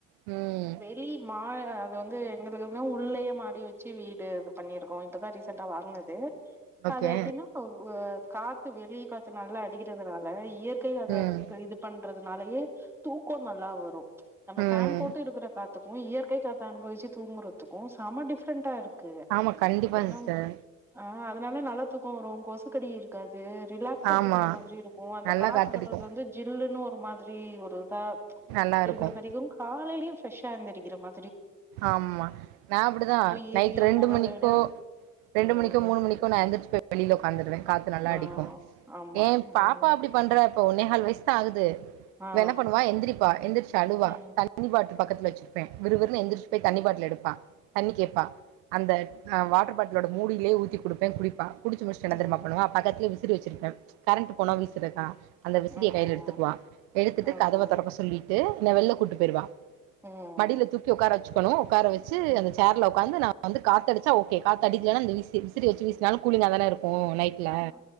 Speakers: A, on the right; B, in the centre.
A: ம்
B: லி மா அது வந்து எங்களுக்கு எப்னா உள்ளயே மாடி வச்சு வீடு இது பண்ணிருக்கோ இப்பதா ரீசண்டா வாங்ன து
A: ஓகே
B: அது எப்டின்னா வு காத்து வெளிய காத்து நல்லா அடிக்கிறதுனால இயற் க்கை அத
A: ம்
B: இது பண்றதுனாலயே தூக்கோ நல்லா வரு நம்ம
A: ம்
B: ஃபேன் போட்டு இருக்கிற காத்துக்கு இயற்கை காத்த அனுபவிச்சு தூங்குறதுக்கு செம டிஃப்ரெண்டா இரு க்கு
A: ஆமா கண்டிப்பா
B: ஏனா
A: சிஸ்டர்
B: ஆ அதனால நல்லா தூக்கோ வரு கொசுக்கடி இருக்காது ரிலாக்ஸா
A: ஆமா
B: தூங்ன மாதிரி இருக் கு அந்த
A: நல்லா
B: காத்து
A: காத்தடிக்கு
B: பட்றது வந்து ஜில்லுன்னு ஒரு மாதிரி ஒரு ப
A: நல்லா
B: இருக்கிற
A: இருக்கு
B: மாரிக்கு காலையிலயு ஃப்ரெஷ்ஷா எந்திருக்கிற மா
A: ஆம்மா நா அப்டிதா
B: ஏ
A: நைட்
B: சியோ
A: ரெண்டு
B: போட்றத
A: மணிக்கோ
B: விட
A: ரெண்டு
B: ம்
A: மணிக்கோ மூனு மணிக்கோ நா எந்திரிச்சுபோய் வெளில ஒக்காந்துருவே கா நல்லா
B: ஆ
A: அடிக்கு
B: ஆமா
A: ஏ
B: ம்
A: பாப்பா அப்டி பண்றா இப்ப ஒன்னேகால் வயசு தா ஆகுது
B: ஆ
A: இவ என்ன பண்ணுவா எந்திரிப்பா எந்திரிச்சு அழுவா
B: ம்
A: த தண்ணி பாட்லு பக்கத்துல வெச்சிருப்பே விறுவறுன்னு எந்திரிச்சு போயி தண்ணி பாட்டுல எடுப்பா தண்ணி கேப்பா அந்த அ வாட்டர் பாட்டில்லோட மூடியிலேயே ஊத்தி குடுப்பே குடிப்பா குடிச்சு முடிச்சுட்டு என்ன
B: ம்
A: தெரியுமா பண்ணுவா பக்கத்துலே விசிறி வெச்சிருப்பே கரண்ட் போனா
B: ம்
A: வீசுறக்கா அந்த விசிறிய
B: ம்
A: கையில எடுத்துக்குவா எடுத்துட்டு
B: ம்
A: கதவ தொறக்க சொல்லிட்டு என்ன வெளில கூட்டிட்டு போயிருவா
B: ம்
A: மடில தூக்கி உக்கார வச்சுக்கணு உக்கார வச்சு
B: ம்
A: அந்த சேர்ல உக்காந்து நா வந்து காத்து அடிச்சா ஓகே காத்து அடிக்கலனா விசிறி வச்சு வீசுனாலு கூலிங்காதானே இருக்கு நை ட்ல
B: ஆமா